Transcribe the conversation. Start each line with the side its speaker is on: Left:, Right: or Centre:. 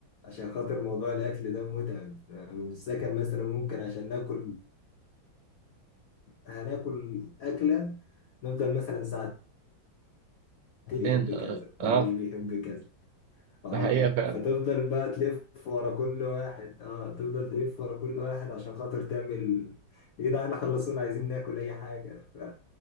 Left: عشان خاطر موضوع الأكل ده متعب يعني في السكن مثلا ممكن عشان ناكل هناكل أكلة نفضل مثلا ساعتين بيحب
Right: فين
Left: كذا
Right: اه
Left: ده
Right: آه،
Left: مش بيحب اه
Right: ده حقيقه فعلا
Left: فتفضل بقى تلف ورا كل واحد اه تفضل تلف ورا كل واحد عشان خاطر تعمل يا جدعان خلصونا عايزين ناكل اي حاجة